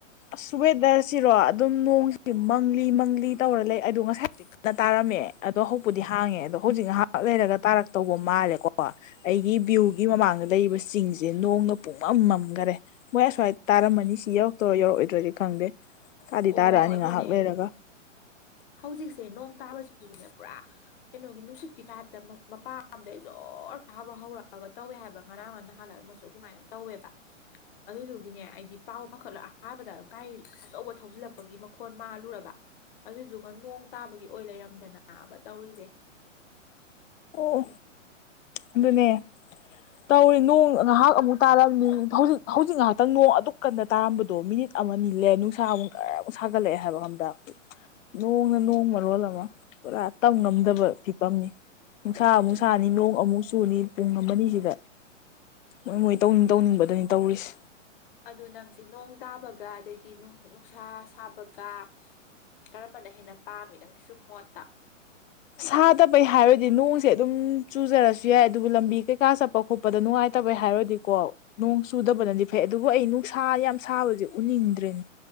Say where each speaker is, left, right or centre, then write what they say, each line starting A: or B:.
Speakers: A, on the left; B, on the left.
A: ꯑꯁ ꯋꯦꯗꯔꯁꯤꯔꯣ ꯑꯗꯨꯝ ꯅꯣꯡꯁꯤ ꯃꯪ ꯃꯪꯂꯤ ꯃꯪꯂꯤ ꯇꯧꯔ ꯂꯩ ꯑꯗꯣ ꯉꯁꯥꯏ ꯗꯩ ꯀꯟꯅ ꯇꯥꯔꯝꯃꯦ ꯑꯗꯣ ꯍꯧꯄꯨꯗꯤ ꯍꯥꯡꯉꯦ ꯑꯗꯣ ꯍꯧꯖꯤꯛ ꯉꯥꯏꯍꯥꯛ ꯂꯩꯔꯒ ꯇꯥꯔꯛꯇꯧꯕ ꯃꯥꯜꯂꯦꯀꯣ ꯑꯩꯒꯤ ꯕ꯭ꯌꯨꯒꯤ ꯃꯃꯥꯡꯗ ꯂꯩꯔꯤꯕ ꯆꯤꯡꯁꯦ ꯅꯣꯡꯅ ꯄꯨꯡꯃꯝ ꯃꯝꯒꯔꯦ ꯃꯣꯏ ꯑꯁ꯭ꯋꯥꯏꯗ ꯇꯥꯔꯝꯃꯅꯤ ꯁꯤ ꯌꯧꯔꯛ ꯇ‌ꯣꯏꯔ ꯌꯧꯔꯛ ꯑꯣꯏꯗ꯭ꯔꯗꯤ ꯈꯪꯗꯦ ꯇꯥꯗꯤ
B: ꯑꯣ
A: ꯇꯥꯔꯛ ꯑꯅꯤ
B: ꯑꯗꯨꯅꯦ
A: ꯉꯥꯏꯍꯥꯛ ꯂꯩꯔꯒ
B: ꯍꯧꯖꯤꯛꯁꯦ ꯅꯣꯡ ꯇꯥꯕꯁꯤꯁꯨꯅꯦ ꯄꯨꯔꯥ ꯀꯩꯅꯣꯒꯤ ꯅꯨꯡꯁꯤꯠꯀꯤ ꯇꯥꯏꯞꯇ ꯃ ꯃꯄꯥ ꯑꯝꯗꯩ ꯖ‌ꯣꯔ ꯇꯥꯕ ꯍꯧꯔꯛ ꯑꯒ ꯇꯧꯋꯦ ꯍꯥꯏꯕ ꯉꯔꯥꯡꯂ ꯉꯍꯥꯟꯂ ꯑꯃꯁꯨ ꯑꯗꯨꯃꯥꯏꯅ ꯇꯧꯋꯦꯕ ꯑꯗꯨꯗꯨꯒꯤꯅꯦ ꯑꯩꯗꯤ ꯄꯥꯎ ꯄꯥꯈꯠꯂ ꯑꯍꯥꯟꯕꯗ ꯒꯥꯔꯤ ꯑꯆꯧꯕ ꯊꯧꯖꯤꯜꯂꯛꯄꯒꯤ ꯃꯈꯣꯟ ꯃꯥꯜꯂꯨꯔꯕ ꯑꯗꯨꯗꯨꯒ ꯅꯣꯡ ꯇꯥꯕꯒꯤ ꯑꯣꯏ ꯂꯩꯔꯝꯗꯅꯥꯕ ꯇꯧꯔꯤꯖ‌ꯦ
A: ꯑꯣ ꯑꯗꯨꯅꯦ ꯇꯧꯔꯤ ꯅꯣꯡ ꯉꯍꯥꯛ ꯑꯃꯨꯛ ꯇꯥꯔꯝꯃꯅꯤ ꯍꯧꯖꯤꯛ ꯍꯧꯖꯤꯛ ꯉꯥꯏꯍꯥꯛꯇꯪ ꯅꯣꯡ ꯑꯗꯨꯛ ꯀꯟꯅ ꯇꯥꯔꯝꯕꯗꯣ ꯃꯤꯅꯤꯠ ꯑꯃ ꯅꯤ ꯂꯩꯔ ꯅꯨꯡꯁꯥ ꯑꯃꯨꯛ ꯒꯔ ꯃꯨꯛ ꯁꯥꯒꯠꯂꯛꯑꯦ ꯍꯥꯏꯕ ꯈꯪꯕ꯭ꯔ ꯅꯣꯡꯅ ꯅꯣꯡ ꯃꯔꯣꯜ ꯑꯃ ꯄꯨꯔꯥ ꯇꯝꯉꯝꯗꯕ ꯐꯤꯕꯝꯅꯤ ꯅꯨꯡꯁꯥ ꯑꯃꯨꯛ ꯁꯥꯅꯤ ꯅꯣꯡ ꯑꯃꯨꯛ ꯆꯨꯅꯤ ꯄꯨꯡ ꯑꯃꯅꯤꯁꯤꯗ ꯃꯣꯏ ꯃꯣꯏ ꯇꯧꯅꯤꯡ ꯇꯧꯅꯤꯡꯕ ꯗꯨꯅꯤ ꯇꯧꯔꯤꯁꯦ
B: ꯑꯗꯨ ꯅꯪꯁꯦ ꯅꯣꯡ ꯇꯥꯕꯒ ꯑꯗꯩꯗꯤ ꯅꯨꯡ ꯅꯨꯡꯁꯥ ꯁꯥꯕꯒ ꯀꯔꯝꯕꯅ ꯍꯦꯟꯅ ꯄꯥꯝꯃꯤ ꯅꯪꯒꯤꯁꯨꯝ ꯃꯣꯠꯇ
A: ꯁꯥꯗꯕꯩ ꯍꯥꯏꯔꯗꯤ ꯅꯣꯡꯁꯦ ꯑꯗꯨꯝ ꯆꯨꯖꯔꯁꯨ ꯌꯥꯏ ꯑꯗꯨꯕꯨ ꯂꯝꯕꯤ ꯀꯩꯀꯥ ꯆꯠ ꯄꯥꯎꯈꯣꯠꯄꯗ ꯅꯨꯡꯉꯥꯏꯇꯕꯩ ꯍꯥꯏꯔꯨꯔꯗꯤꯀꯣ ꯅꯣꯡ ꯆꯨꯗꯕꯅꯗꯤ ꯐꯩ ꯑꯗꯨꯕꯨ ꯑꯩ ꯅꯨꯡꯁꯥ ꯌꯥꯝ ꯁꯥꯕꯁꯦ ꯎꯅꯤꯡꯗ꯭ꯔꯦꯅꯦ